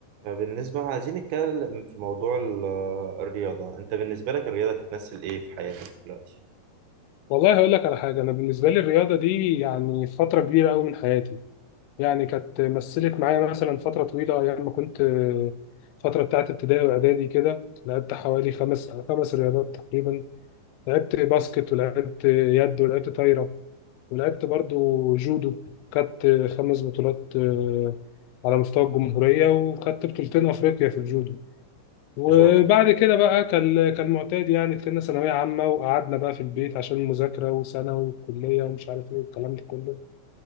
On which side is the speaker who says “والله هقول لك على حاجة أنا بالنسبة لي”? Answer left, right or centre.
Left